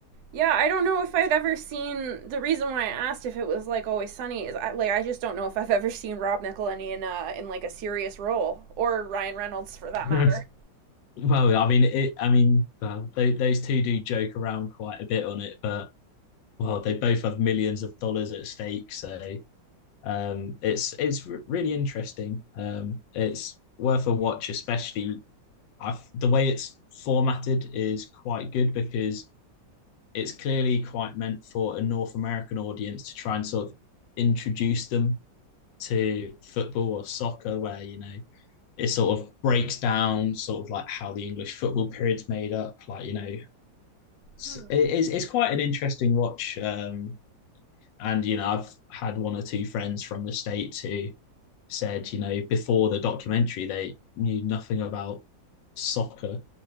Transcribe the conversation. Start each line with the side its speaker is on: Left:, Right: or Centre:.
Right: Yeah, I don't know if I'd ever seen. The reason why I asked if it was like Always Sunny is I, like I just don't know if I've ever seen Rob McElhenney in uh in like a serious role or Ryan Reynolds for that
Left: <laughs>
Right: matter.
Left: well, I mean, it, I mean, well, tho- those two do joke around quite a bit on it, but well, they both have millions of dollars at stake, so Um, it's it's really interesting. Um, it's worth a watch, especially I've, the way it's formatted is quite good because it's clearly quite meant for a North American audience to try and sort of introduce them to football or soccer, where you know it sort of breaks down sort of like how the English football period's made up. Like you know, it's
Right: Hmm.
Left: it's, it's quite an interesting watch. Um, and you know, I've had one or two friends from the states who said, you know, before the documentary, they knew nothing about soccer,